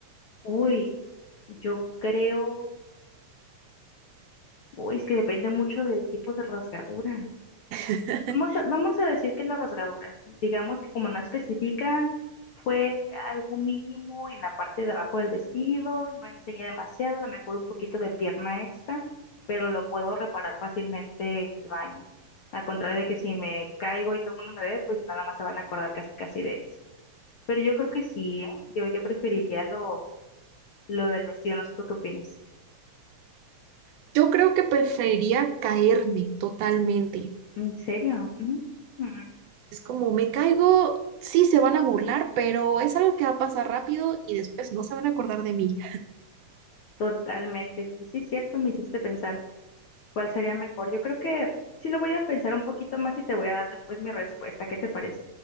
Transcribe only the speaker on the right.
<laughs>
Yo creo que preferiría caerme totalmente.
Es como me caigo, sí se van a burlar, pero es algo que va a pasar rápido y después no se van a acordar de mí.